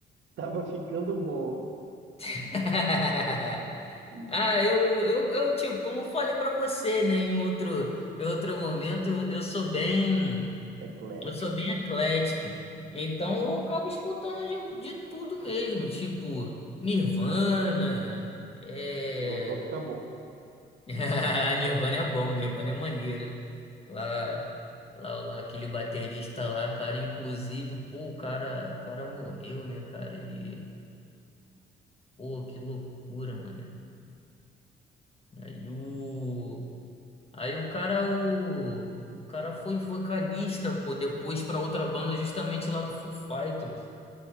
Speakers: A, on the right (about 70°); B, on the left (about 30°).
A: Tava ficando bom.
B: <laughs>
A: Hum,
B: Ah, eu, eu, eu, tipo, como eu falei pra você, né, em outro, em outro momento, eu sou bem.
A: Eclético.
B: Eu sou bem eclético. Então eu acabo escutando de, de tudo mesmo, tipo Nirvana. É...
A: Voltou a ficar bom.
B: <laughs> Nirvana é bom, Nirvana é maneiro. Lá, lá, lá, aquele baterista lá, cara, inclusive, pô, o cara, o cara morreu, né, cara? E, pô, que loucura, mano. Aí o. Aí o cara, o. O cara foi vocalista, pô, depois pra outra banda justamente lá do Foo Fighters.